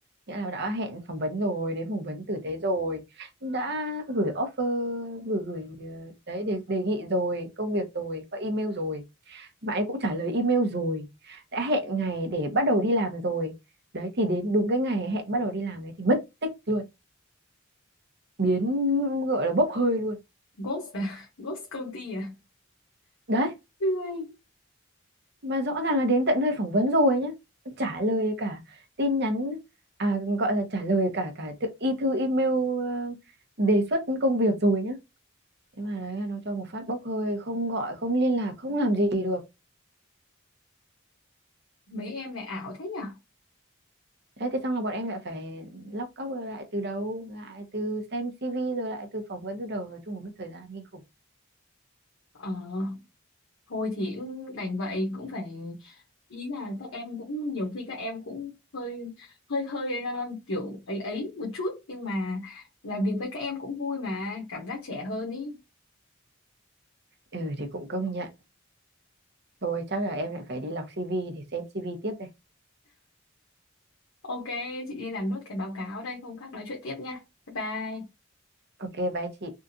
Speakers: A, on the right; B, on the left.
A: nghĩa là đã hẹn phỏng vấn rồi đến phỏng vấn tử tế rồi đã gửi offer gửi gửi ờ, đấy đề, đề nghị rồi công việc rồi qua email rồi bạn ấy cũng trả lời email rồi đã hẹn ngày để bắt đầu đi làm rồi đấy thì đến đúng cái ngày hẹn bắt đầu đi làm đấy thì mất tích luôn biến gọi là bốc hơi luôn
B: Ghost à? <laughs> Ghost công ty à?
A: đấy
B: Ui,
A: mà rõ ràng là đến tận nơi phỏng vấn rồi nhá trả lời cả tin nhắn à gọi là trả lời cả cả tự y thư email ờ, đề xuất công việc rồi nhá thế mà đấy nó cho một phát bốc hơi không gọi không liên lạc không làm gì được
B: mấy em lại ảo thế nhỉ?
A: thế thì xong là bọn em lại phải lóc cóc rồi lại từ đầu lại từ xem CV rồi lại từ phỏng vấn từ đầu nói chung là mất thời gian kinh khủng
B: Ờ, thôi thì cũng đành vậy cũng phải ý là các em cũng nhiều khi các em cũng hơi hơi hơi ờ, kiểu ấy ấy một chút nhưng mà làm việc với các em cũng vui mà cảm giác trẻ hơn ý.
A: ừ thì cũng công nhận thôi chắc là em lại phải đi lọc CV để xem CV tiếp đây
B: Ok, chị đi làm nốt cái báo cáo đây, hôm khác nói chuyện tiếp nha. Bye bye.
A: ok bye chị